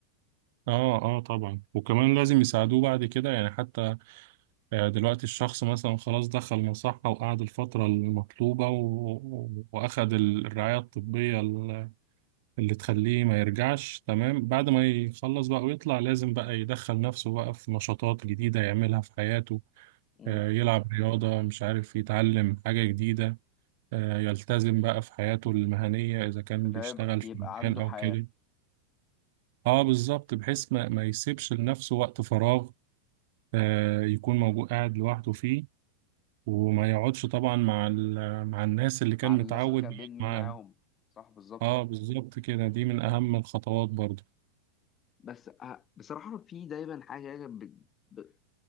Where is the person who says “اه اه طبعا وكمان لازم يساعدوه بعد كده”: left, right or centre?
Right